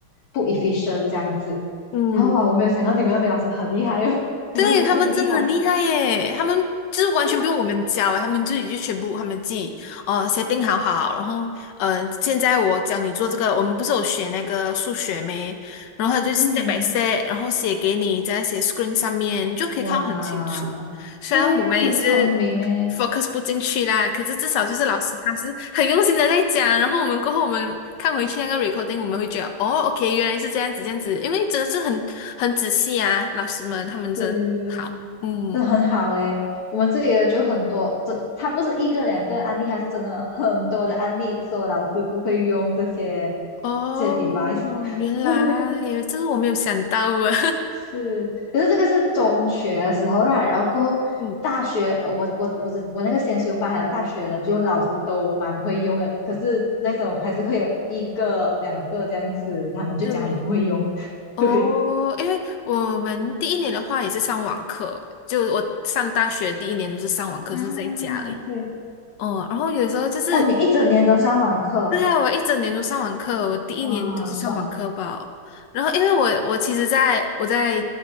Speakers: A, on the left; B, on the left.
A: 不 efficient 这样子。
B: 嗯。
A: 然后哇，我没有想到你们那边老师很厉害哦，<laughs> 你们也是很厉害。
B: 对，他们真的很厉害耶！他们就是完全不用我们教耶，
A: 对呀、
B: 他们自己就全部他们自己呃 s 定好好，然后呃现在我教你做这个，我们不是有学那个数学没？然后他就 step
A: 嗯，
B: by step，然后写给你，在写 screen 上面，你就可以看得很清楚。
A: 哇，
B: 虽然我们也是
A: 对呀、很聪明诶，
B: focus 不进去啦，可是至少就是老师他是很用心的在讲，然后我们过后我们看回去那个 recording，我们会觉得哦，OK，原来是这样子这样子，因为真的是很很仔细啊，老师们他们真好，
A: 对，
B: 嗯，
A: 这很好诶。我们这里的就很多，这它不是一个两个案例，它是真的很多的案例，说老师不会用这些
B: 哦，
A: 这些 device。<laughs>
B: 原来这个我没有想到啊，
A: 对，是，可是这个是中学的时候啦，然后过后大学，
B: <laughs> 嗯，
A: 呃，我我我不是我那个先修班还有大学的，就老师都蛮会用的，可是那种还是会有一个两个这样子，他们就讲他们不会用，
B: 对，
A: <laughs>
B: 哦，
A: 对
B: 因为我们第一年的话也是上网课，就我上大学第一年都是上网课，
A: 啊，
B: 就是在家而已。
A: 对，
B: 哦，然后有时候就是
A: 哦，你一整年都上网课，
B: 对啊，我一整年都上网课，我第一年都是上网课吧。
A: 哇，爽，
B: 然后，因为我我其实在我在